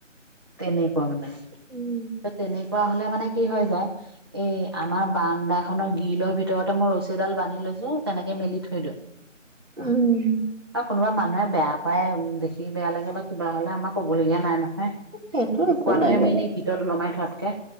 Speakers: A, on the right; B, in the centre.
A: তেনেকুৱা মানে
B: উম।
A: ত' তেনেকুৱা হ'লে, মানে, কি হয় যায়। এই আমাৰ বাৰান্দাখনৰ গ্ৰিলৰ ভিতৰতে মই ৰছী এডাল বান্ধি লৈছোঁ। তেনেকে মেলি থৈ দিওঁ।
B: উম।
A: অ ', কোনোবা মানুহে বেয়া পায়। দেখি বেয়া লাগে বা কিবা হ'লে আমাৰ ক'বলগীয়া নাই নহয়।
B: সেইটো
A: শুকুৱোতটোহে
B: একো নাই বাৰু
A: মেইন। এই ভিতৰত ওলোমাই থ ভাতকৈ